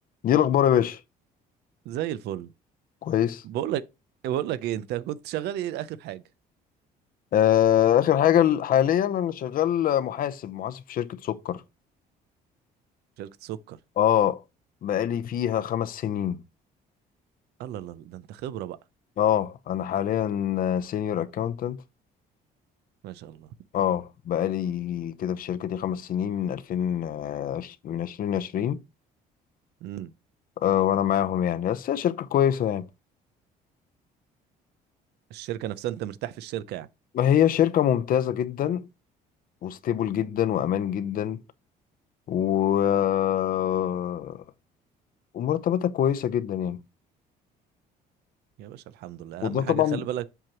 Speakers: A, on the left; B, on the right.
A: دي الاخبار يا باشا
B: زي الفل
A: كويس
B: بقول لك بقول لك ايه انت كنت شغال ايه اخر حاجه
A: آه اخر حاجه ال- حاليا انا شغال محاسب محاسب في شركه سكر
B: شركه سكر
A: اه بقالي فيها خمس سنين
B: الله الله الله، ده انت خبره بقى
A: اه انا حاليا سينيور اكاونتنت
B: ما شاء الله
A: اه بقالي كده في الشركه دي خمس سنين من 2000 آه، عش- من 2020
B: امم
A: آه وانا معاهم يعني بس هي شركه كويسه يعني
B: الشركه نفسها انت مرتاح في الشركه يعني
A: ما هي شركه ممتازه جدا وستيبل جدا وامان جدا و آه، ومرتباتها كويسه جدا يعني
B: يا باشا الحمد لله
A: وده
B: اهم
A: طبعا
B: حاجه خلي بالك